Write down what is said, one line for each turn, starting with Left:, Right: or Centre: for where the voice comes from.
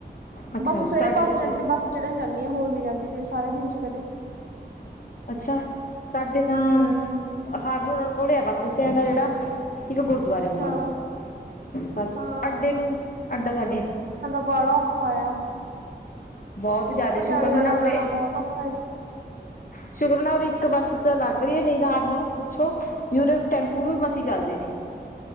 Left: ਅੱਛਾ
Right: ਬੱਸ ਸਵੇਰੇ
Left: ਸਾਡੇ
Right: ਬੱਸ
Left: ਜੇ
Right: ਸਟੈਂਡ
Left: ਤਾਂ
Right: ਤੇ ਬੱਸ ਚੜਨ ਜਾਂਦੀ ਆ ਹੋਰ ਨੀ ਜਾਂਦੀ ਤੇ ਸਾਰੇ ਦਿਨ ਚ ਕਦੇ
Left: ਅੱਛਾ ਸਾਡੇ ਤਾਂ
Right: ਹਮ
Left: ਹਾਰਨ ਘੁਲਿਆ ਬੱਸ ਸਟੈਂਡ ਆ ਜਿਹੜਾ ਇੱਕ ਗੁਰ ਗੁਰਦੁਬਰੇ ਕੋਲ
Right: ਹਾਂ
Left: ਆ ਬਸ
Right: ਹਾਂ
Left: ਅਡੇ ਨੂੰ ਅਡਾ ਸਾਡੇ।
Right: ਬੜਾ ਔਖਾ ਆ
Left: ਬਹੁਤ
Right: ਹੁਣ
Left: ਜ਼ਿਆਦਾ
Right: ਪਟਿਆਲੇ
Left: ਸ਼ੁਕਰ ਮਨਾਉ
Right: ਆਣਾ
Left: ਉਰੇ।
Right: ਜਾਣਾ ਬਹੁਤ ਔਖਾ ਹੈ
Left: ਸ਼ੁਕਰ ਮਨਓ ਰ ਇੱਕ ਬੱਸ ਲੱਗ ਰਹੀ ਏ। ਨੀ <unintelligible> ਮੈਨੂੰ ਪੁੱਛੋ ਵੀ ਉਰੇ ਟੈਂਪੂ
Right: ਹਾਂ
Left: ਵੀ ਮਸੀ ਚੱਲਦੇ ਨੇ